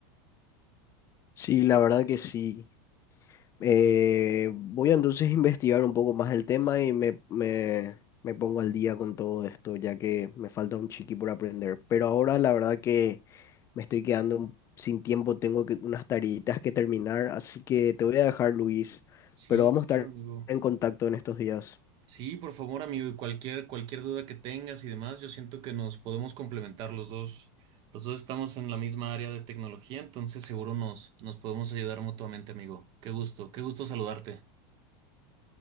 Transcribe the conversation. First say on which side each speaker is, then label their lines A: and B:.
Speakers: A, on the left; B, on the right.
A: Sí, la verdad que sí. Eh, voy a entonces investigar un poco más el tema y me, me, me pongo al día con todo esto, ya que me falta un chiqui por aprender. Pero ahora la verdad que me estoy quedando un- sin tiempo, tengo que, unas tareitas que terminar, así que te voy a dejar, Luis,
B: Sí,
A: pero vamos a estar
B: claro, amigo.
A: en contacto en estos días.
B: Sí, por favor, amigo, y cualquier, cualquier duda que tengas y demás, yo siento que nos podemos complementar los dos. Los dos estamos en la misma área de tecnología, entonces seguro nos, nos podemos ayudar mutuamente, amigo. Qué gusto, qué gusto saludarte.